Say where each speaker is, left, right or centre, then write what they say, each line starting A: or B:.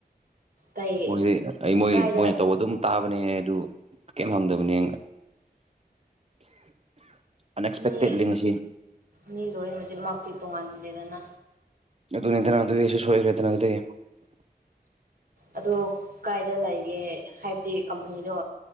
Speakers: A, on the right; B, on the right.
A: ꯀꯩ
B: ꯃꯣꯏꯗꯤ ꯑꯩ ꯃꯣꯏ
A: ꯀꯥꯏꯗ
B: ꯃꯣꯏꯅ ꯇꯧꯕ ꯑꯗꯨꯝ ꯇꯥꯕꯅꯦ ꯑꯗꯨ ꯀꯩꯝ ꯍꯪꯗꯕꯅꯦ ꯑꯟꯑꯛꯁꯄꯦꯛꯇꯦꯠꯂꯤ
A: ꯃꯤ
B: ꯉꯁꯤ
A: ꯃꯤ ꯂꯣꯏꯅꯃꯛꯇꯤ ꯇꯣꯡꯉꯥꯟꯗꯦꯗꯅ
B: ꯑꯗꯨꯅꯤꯗꯅ ꯑꯗꯨꯦ ꯁꯣꯏꯔꯦꯗꯅ ꯑꯗꯨꯗꯩ
A: ꯑꯗꯨ ꯀꯥꯏꯗ ꯂꯩꯒꯦ ꯍꯥꯏꯕꯗꯤ ꯀꯝꯄꯅꯤꯗꯣ